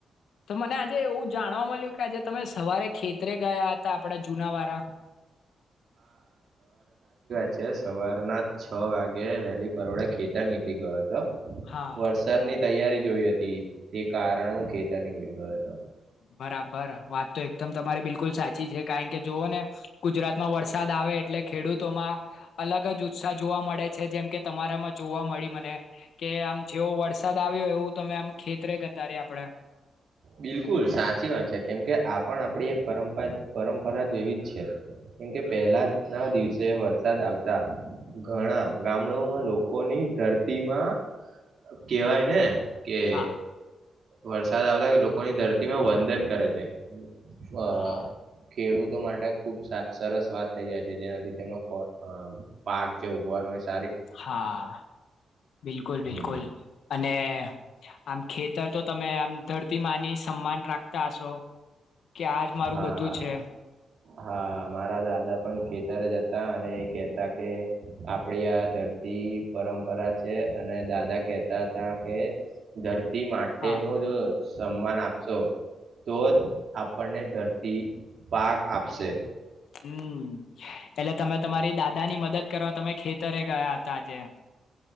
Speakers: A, on the left; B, on the right.
A: તો મને આજે એવું જાણવા મળ્યું કે આજે તમે સવારે ખેતી ત્રે ગયા હતા આપડા જુના વારા
B: જે સવારના છ વાગે વહેલી પરોળે ખેતર નીકળી ગયા તો
A: હા
B: વરસાદ ની તૈયારી જોઈ હતી તે કારણે હું ખેત નીકળી ગયો.
A: બરાબ બરા વાતો એક દમ તમારી બિલકુલ સાચી છે કારણ કે જોવો ને ગુજરાત માં વરસાદ આવે એટલે ખેડૂતોમાં અલગ જ ઉત્સાહ જોવા મળે. જેમ કે તમારામાં જોવા મળી મને કે આમ જેવો વરસાદ આવ્યો એવું તમે આમ ખેતરે ગતાર્યા આપડે
B: બિલકુલ સાચી વાત છે કેમ કે આ પણ આપણી એક પરંપરા પરંપરા જેવી જ છે કેમ કે પહેલા ના દિવસે વરસાદ આવતા ઘણા ગામડો માં લોકોની ધરતીમાં કેહેવાય ને કે
A: હા
B: વરસાદ આવતા લોકો લોકોની ધરતીમાં વંદન કરે છે. અ
A: હા
B: ખેડૂત માટે ખુબ સરસ વાત થઈ જાય છે જેનાથી તેમનો ખ અ પાક જે ઉગવાનો હોય
A: હા બિલકુલ બિલકુલ
B: હમ
A: અને આમ ખેતર તો તમે આમ પ્રતિમાની સમાન રાખતા હશો. કે આજ મારું
B: હા
A: બધું છે.
B: હા મારા દાદા પણ ખેતર જ હતા અને એ કેહેતા કે આપડી આ ધરતી પરંપરા છે અને દાદા કેહેતા હતા કે ધરતી તી માટે
A: હા
B: નો જ સન્માન આપશો તો જ આપણને ધરતી પાક આપશે.
A: હમ એટલે તમે તમારી દાદા ની મદદ કરવા તમે ખેતરે ગયા હતા આજે